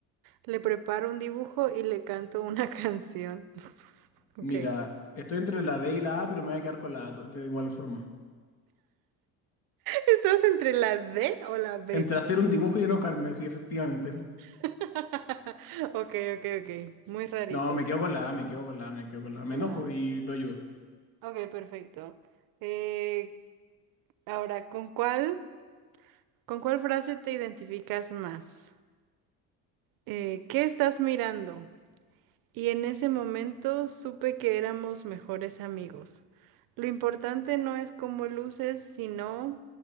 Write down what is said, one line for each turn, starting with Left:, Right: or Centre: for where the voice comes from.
Right: Le preparo un dibujo y le canto una <laughs> canción.
Left: Mira,
Right: Ok.
Left: estoy entre la D y la A, pero me voy a quedar con la A to- de igual forma.
Right: ¿Estás entre la D o la B?
Left: Entre hacer un dibujo y enojarme, sí, efectivamente.
Right: <laughs> Ok, ok, ok. Muy rarito.
Left: No, me quedo con la A, me quedo con la A, me quedo con la A. Me
Right: Hola.
Left: enojo y lo ayudo.
Right: Ok, perfecto. Eh, ahora, ¿con cuál, con cuál frase te identificas más? Eh, ¿qué estás mirando? Y en ese momento supe que éramos mejores amigos. Lo importante no es cómo luces, sino